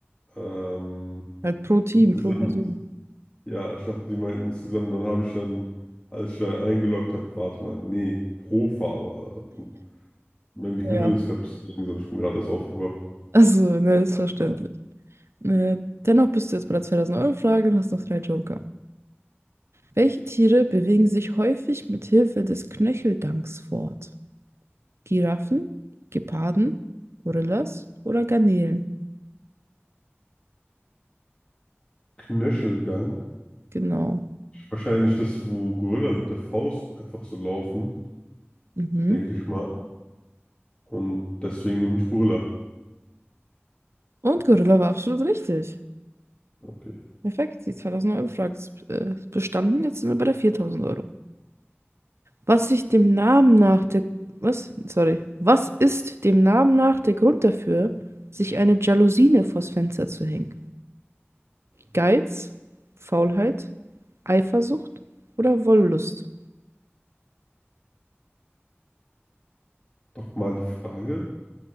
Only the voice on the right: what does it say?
Halt pro Team,
pro Person.
Ja.
Also, ne, ist verständlich. Äh, dennoch bist du jetzt bei der 2000-Euro-Frage und hast noch drei Joker. Welche Tiere bewegen sich häufig mit Hilfe des Knöcheldanks fort? Giraffen, Geparden, Gorillas oder Garnelen?
Genau.
Mhm.
Und Gorilla war absolut richtig.
Perfekt, die 2000-Euro-Frage ist äh, bestanden. Jetzt sind wir bei der 4000 Euro. Was sich dem Namen nach der... Was? Sorry. Was ist dem Namen nach der Grund dafür, sich eine Jalousine vors Fenster zu hängen? Geiz, Faulheit, Eifersucht oder Wollust?